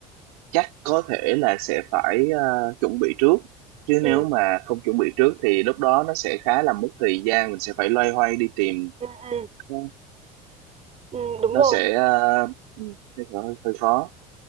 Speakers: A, on the right; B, on the right.
A: chắc có thể là sẽ phải ờ, chuẩn bị trước chứ
B: ừ,
A: nếu mà không chuẩn bị trước thì lúc đó nó sẽ khá là mất thời gian mình sẽ phải loay hoay đi tìm
B: ừ, ừ,
A: Ờ,
B: ừ, đúng
A: nó
B: rồi
A: sẽ ờ, Ừ. hơi, hơi hơi khó